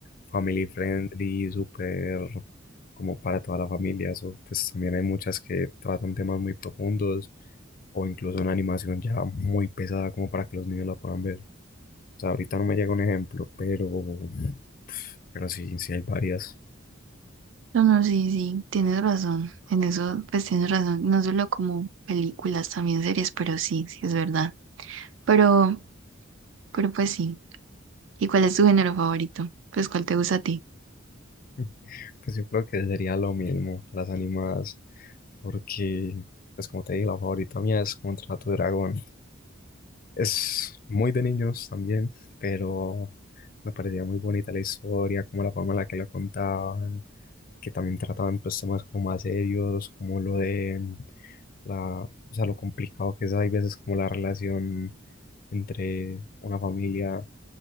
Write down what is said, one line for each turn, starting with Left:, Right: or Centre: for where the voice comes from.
Left: family friendly, súper como para toda la familia. Eso, pues también hay muchas que tratan temas muy profundos o incluso una animación ya muy pesada como para que los niños la puedan ver. O sea, ahorita no me llega un ejemplo, pero, <sniffs> pero sí, sí hay varias.
Right: No, no, sí, sí, tienes razón. En eso, pues tienes razón. No solo como películas, también series, pero sí, sí es verdad. Pero, pero pues sí. ¿Y cuál es tu género favorito? Pues cuál te gusta a ti.
Left: <laughs> Pues yo creo que sería lo mismo, las animadas, porque, pues como te dije, la favorita mía es Contrato Dragón. Es muy de niños también, pero me parecía muy bonita la historia, como la forma en la que la contaban, que también trataban pues temas como más serios, como lo de la, o sea, lo complicado que es, hay veces como la relación entre una familia,